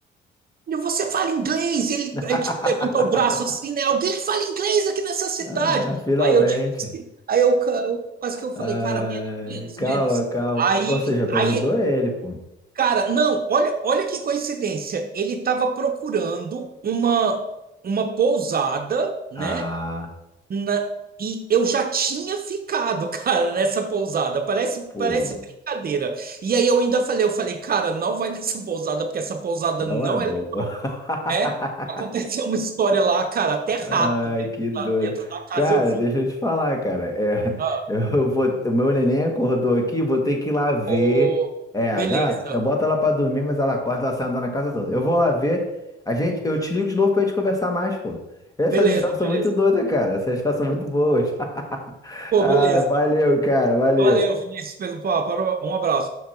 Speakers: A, on the right (about 50°); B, on the left (about 15°).
A: "Meu, você fala inglês, E ele,
B: <laughs>
A: ele tipo, levantou o braço assim, né, alguém que fala inglês aqui nessa cidade.
B: Ah, finalmente.
A: Aí eu, tipo, assim, aí eu, ca- eu quase que eu falei,
B: Ai,
A: cara, menos, menos,
B: calma,
A: menos.
B: calma.
A: Aí,
B: Ou seja, tu ajudou
A: aí
B: ele, pô.
A: Cara, não, olha, olha que coincidência. Ele estava procurando uma uma pousada, né?
B: Ah,
A: na- e eu já tinha ficado, <laughs> cara, nessa pousada. Parece
B: pô,
A: parece brincadeira. E aí eu ainda falei, eu falei, cara, não vai nessa pousada porque essa pousada
B: não
A: não
B: é boa.
A: é legal,
B: <laughs>
A: né? Aconteceu uma história lá, cara, até rato
B: Ai,
A: dentro
B: que doido.
A: da, dentro da casa
B: Cara,
A: eu vi.
B: deixa eu te falar, cara. É,
A: Ah,
B: <laughs> eu vou, o meu neném acordou aqui, vou ter que ir lá ver.
A: pô,
B: É,
A: beleza,
B: dá- eu boto ela pra dormir, mas ela acorda, ela sai andando na casa toda. Eu vou lá ver. A gente, eu te ligo de novo pra gente conversar mais, pô. Essas
A: beleza,
B: histórias
A: beleza.
B: são muito doidas, cara. Essas histórias são muito boas. <laughs>
A: Pô,
B: Ai,
A: beleza.
B: valeu, cara. Valeu.
A: Valeu, Vinícius, pelo papo. Um abraço.